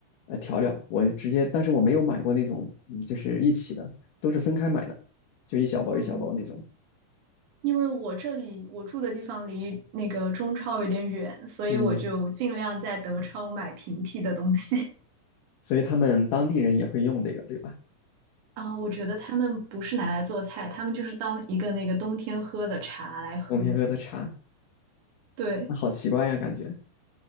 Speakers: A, on the left; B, on the right.
A: 呃调料，我直接，但是我没有买过那种，嗯就是一起的，都是分开买的，就一小包一小包那种。
B: 嗯，因为我这里我住的地方离那个中超有点远，所以我就尽量在德超买平替的东西。
A: 嗯，所以他们当地人也会用这个，对吧？
B: <laughs> 啊，我觉得他们不是拿来做菜，他们就是当一个那个冬天喝的茶来喝。
A: 冬天喝的茶，
B: 对。
A: 那好奇怪呀，感觉